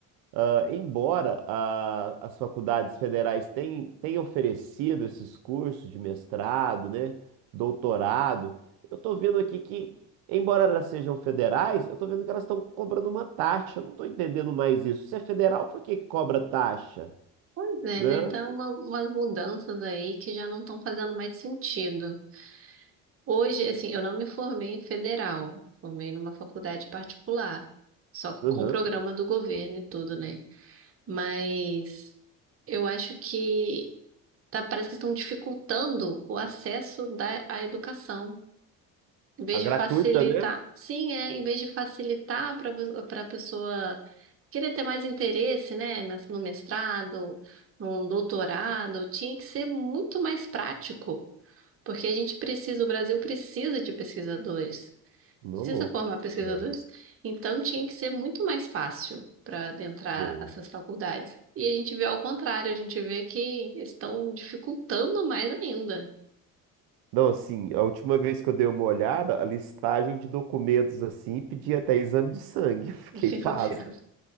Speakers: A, on the right (about 80°); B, on the right (about 40°).
A: ah, embora ah, as faculdades federais têm, tenham oferecido esses cursos de mestrado, né, doutorado, eu estou vendo aqui que, embora elas sejam federais, eu estou vendo que elas estão cobrando uma taxa. Eu Não estou entendendo mais isso. Se é federal, por que que cobra taxa?
B: Pois é,
A: Né?
B: né? Então, uma, umas mudanças aí que já não estão fazendo mais sentido. Hoje, assim, eu não me formei em federal, formei numa faculdade particular, só que
A: Uhum.
B: com programa do governo e tudo, né? Mas eu acho que tá, parece que estão dificultando o acesso da, à educação. Em vez
A: A gratuita,
B: de facilitar,
A: né?
B: sim, é, em vez de facilitar para para a pessoa querer ter mais interesse, né, nas- no mestrado, no doutorado, tinha que ser muito mais prático, porque a gente precisa, o Brasil precisa de pesquisadores.
A: Não,
B: Precisa
A: louco.
B: formar pesquisadores?
A: É.
B: Então tinha que ser muito mais fácil para adentrar
A: é.
B: essas faculdades. E a gente vê ao contrário, a gente vê que eles estão dificultando mais ainda.
A: Não, assim, a última vez que eu dei uma olhada, a listagem de documentos, assim, pedia até exame de sangue. <laughs> Fiquei
B: <laughs>
A: pasmo,
B: Meu Deus,